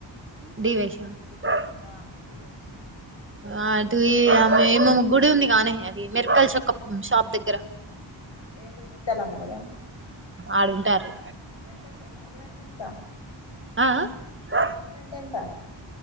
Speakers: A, on the right (about 25°); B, on the left (about 70°).
A: డి వైషు ఆ
B: అ డి వైషు
A: అటు ఇ ఆ ఎమో గుడి ఉంది గానె అది మిరకాయల షాక్కప్ షాప్ దగ్గర
B: ఏంటిది ముత్యాలమ్మ గూడా
A: ఆడుంటార్రు
B: ఎంత రూమ్ రెంట్ ఎంత
A: ఆ ఆ
B: రూమ్ రెంట్ ఎంత